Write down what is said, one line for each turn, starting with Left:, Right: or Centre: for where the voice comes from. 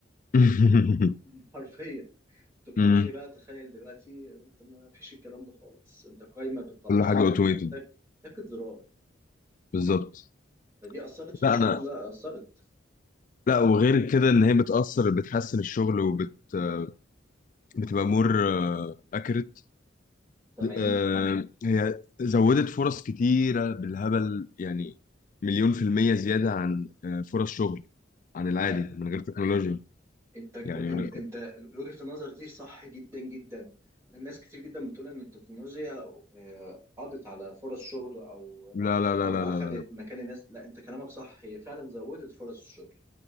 Left: <laughs>
Right: <laughs> حرفيا التكنولوجيا
Left: مم.
Right: بقى تخيل دلوقتي انت ما فيش الكلام ده خالص انت قايمة بتطلعها
Left: كل حاجه
Right: بتك
Left: اوتوميتد
Right: تكت زرار
Left: بالظبط
Right: فدي اثرت في
Left: لا
Right: الشغل
Left: انا
Right: لا اثرت
Left: لا وغير كده ان هي بتاثر بتحسن الشغل وبت آه، بتبقى مور اكريت
Right: تمام
Left: آه، هي زودت فرص كتيرة بالهبل يعني مليون في المية زيادة عن آه، فرص شغل عن العادي
Right: عا-
Left: من غير تكنولوجيا
Right: انت كو...
Left: يعني
Right: انت
Left: من غير-
Right: انت وجهة النظر دي صح جدا جدا انا ناس كتير جدا بتقول ان التكنولوجيا آه، قضت على فرص شغل او
Left: لا لا لا
Right: او
Left: لا
Right: اخذت
Left: لا لا
Right: مكان الناس لا انت كلامك صح هي فعلا زودت فرص الشغل